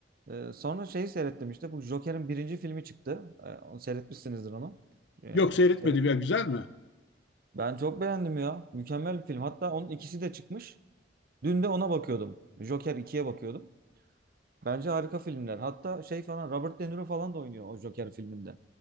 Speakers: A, on the right; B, on the left.
A: E, sonra şeyi seyrettim işte bu Joker'in birinci filmi çıktı. E, onu seyretmişsinizdir onu. E,
B: Yok seyretmedim
A: seyret-
B: ya güzel mi?
A: Ben çok beğendim ya. Mükemmel bir film. Hatta onun ikisi de çıkmış. Dün de ona bakıyordum. Joker ikiye bakıyordum. Bence harika filmler. Hatta şey falan Robert De Niro falan da oynuyor o Joker filminde.